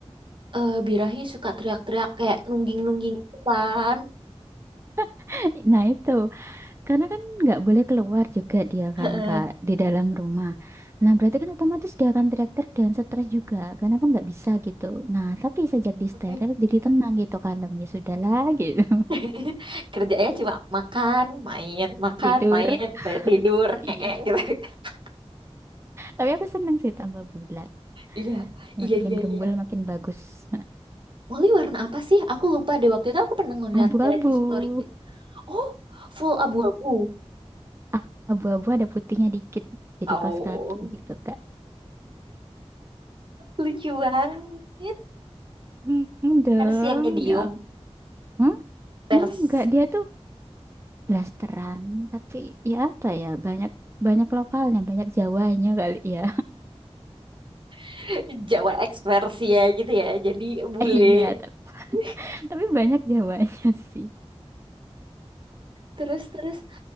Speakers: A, on the right (about 50°); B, on the right (about 25°).
A: eh, birahi suka teriak-teriak kayak nungging-nungging gitu kan
B: <laughs> nah itu Karena kan nggak boleh keluar juga dia
A: <laughs>
B: kan Kak di dalam rumah. Nah berarti kan otomatis dia akan teriak-teriak dan stres juga karena kan nggak bisa gitu. Nah tapi sejak di steril
A: Heeh.
B: jadi tenang gitu kalem ya sudahlah gitu
A: <laughs> Kerjanya cuma makan, main, makan,
B: <laughs> tidur.
A: main, kayak tidur,
B: Iya.
A: eh, eh, gitu. <laughs>
B: Tapi aku seneng sih tambah bulat.
A: Iya,
B: Makin
A: iya, iya,
B: gembul
A: iya.
B: makin bagus.
A: Molly warna apa sih? Aku lupa deh waktu itu aku pernah ngeliat
B: <laughs> Abu-abu.
A: dari story gitu. Oh, full abu-abu.
B: <laughs> Abu-abu ada putihnya dikit. Jadi
A: Oh,
B: kaos kaki gitu Kak.
A: lucu banget.
B: Hmm, hmm dong
A: Versi yang medium,
B: ya. Hmm?
A: pers
B: Enggak, dia tuh blasteran tapi ya apa ya banyak banyak lokalnya banyak Jawanya kali ya
A: <laughs> Jawa X versi ya gitu ya. Jadi bule.
B: <laughs> iya ta-
A: <laughs>
B: tapi banyak Jawanya <laughs> sih
A: Terus terus